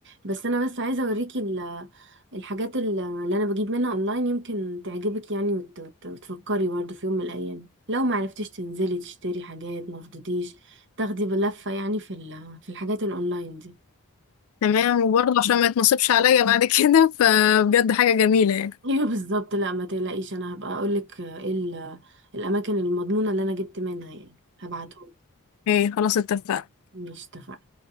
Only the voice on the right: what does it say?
بس انا بس عايزه اوريكي ال- الحاجات ال- اللي انا بجيب منها اونلاين يمكن تعجبك يعني وت- وت- وتفكري برضه في يوم من الايام لو ما عرفتيش تنزلي تشتري حاجات ما فضيتيش تاخدي بلفه يعني في ال- في الحاجات الاونلاين دي
<laughs> ايوه بالظبط لا ما تقلقيش انا هبقى اقولك آه، ايه ال- الاماكن المضمونه اللي انا جبت منها يعني هبعتهم
مش اتفقنا